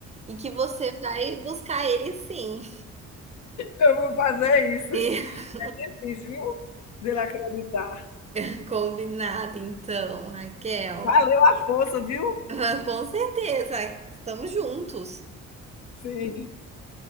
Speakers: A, on the right; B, on the left.
A: e que você vai buscar ele sim.
B: Eu vou fazer isso.
A: <laughs>
B: Isso, viu? De ele acreditar.
A: E- Combinado, então, Raquel.
B: Valeu a força, viu?
A: <laughs> Com certeza, estamos juntos.
B: Sim.